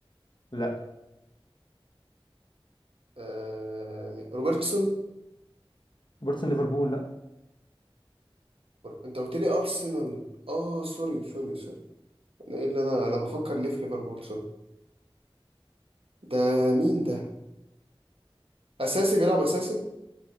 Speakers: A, on the left; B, on the right.
A: لا
B: آه روبرتسون
A: روبرتسون ليفربول لا
B: انت قلت لي ارسنال اه سوري سوري سوري ايه اللي انا انا بفكر ليه في ليفربول سوري ده مين ده اساسي بيلعب اساسي